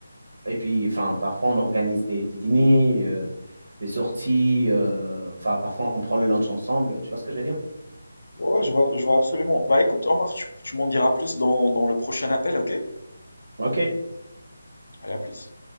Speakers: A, on the right; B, on the left.
A: et puis, enfin, parfois on organise des, des dîners, euh, des sorties, euh, enfin, parfois on prend le lunch ensemble, tu vois ce que je veux dire?
B: Ouais, je vois, je vois absolument. Bah écoute, Omar, tu, tu m'en diras plus dans, dans le prochain appel, ok?
A: Ok.
B: Allez, à plus.